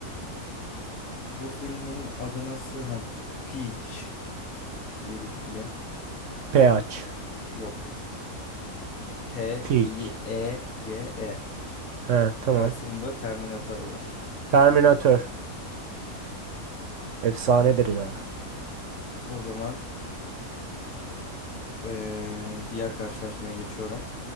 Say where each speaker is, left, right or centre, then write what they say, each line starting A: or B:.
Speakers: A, on the left; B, on the right.
A: Bu filmin adı nasıl? Ha, Peach diye bir film.
B: Peach.
A: Yok. P-I-E-G-E.
B: Peach. Ha tamam.
A: Karşısında Terminator var.
B: Terminator. Efsanedir ya.
A: O zaman eee, diğer karşılaşmaya geçiyorum.